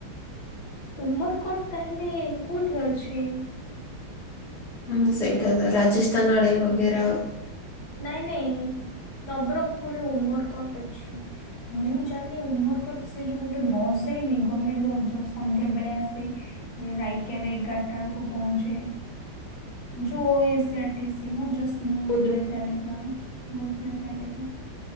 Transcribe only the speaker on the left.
ଉମରକୋଟ ତା ହେଲେ କୋଉଠି ଅଛି?
ନାଇଁ ନାଇଁ ନବରଙ୍ଗ। ପୁର ରେ ଉମରକୋଟ ଅଛି ମୁଁ ଜାଣିନି ଉମର କୋଟ ସେ ଯୋଉ ଗୋଟେ ବସ ଯାଇନି ଗମେଣ୍ଟ। ବସ ଯୋଉ ସନ୍ଧ୍ୟା ବେଳେ ଆସେ ରାଇକା ରେ ଏଗାରଟା ଆଡକୁ ପହଞ୍ଚେ। ଯୋ ଓ ଏସ ଆର ଟି ସିି ମ ଯ ସ୍ମୁଦ ରା ଚାଲେ ପୁରା ସ୍ମିଥ୍ ଲି ଚାଲେ ପ